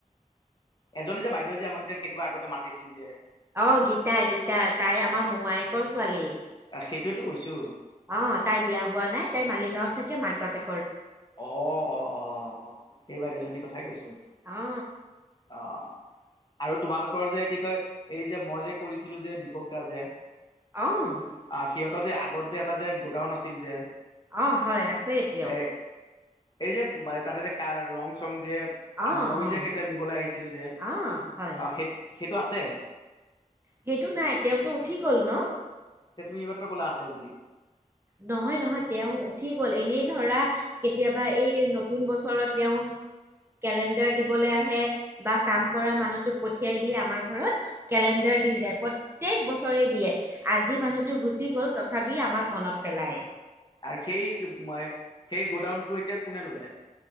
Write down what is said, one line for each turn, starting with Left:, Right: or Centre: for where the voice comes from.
Left: এজনী যে বাইদেউ যে আমাক যে কেতিয়াবা আগতে মাতিছিল যে
Right: অ' গীতা গীতা তাই আমাৰ মোমায়েকৰ ছোৱালী
Left: সেইটোৱতো কৈছোঁ।
Right: অ তাই বিয়া হোৱা নাই তাই মালিগাঁৱত থাকে মাক বাপে
Left: অ অ অ সেই বাইদেউজনী কথাই কৈছো
Right: অ
Left: আহ। আৰু তোমালোকৰ যে কি কয় এই যে মই যে কৰিছিলো যে দীপক দা যে
Right: অ',
Left: আহ সিহঁতৰ যে আগত যে এটা যে গোডাউন আছিল যে।
Right: অ', হয় আছে এতিয়াও
Left: এ এই যে তাতে যে কাৰ ৰং চং যে
Right: অ
Left: মইয়ো
Right: অ
Left: যে কেতিয়া নিবলৈ আহিছিলো যে
Right: অ হয়
Left: অ' সেই সেইটো আছে
Right: সেইটো নাই তেওঁতো উঠি গল ন।
Left: এতিয়া তুমি এইমাত্ৰ ক'লা আছে বুলি
Right: নহয় নহয় তেওঁ উঠি গল এনেই ধৰা কেতিয়াবা এই নতুন বছৰত তেওঁ। কেলেণ্ডাৰ দিবলৈ আহে বা কাম কৰা মানুহটোক পঠিয়াই দিয়ে আমাৰ ঘৰত কেলেণ্ডাৰ। অ, দি যায় প্ৰত্যেক বছৰে দিয়ে আজি মানুহতো গুচি গ'ল তথাপি আমাক মনত পলাই।
Left: আৰু সেই মই সেই গোডাউনটো এতিয়া কোনে ল'লে?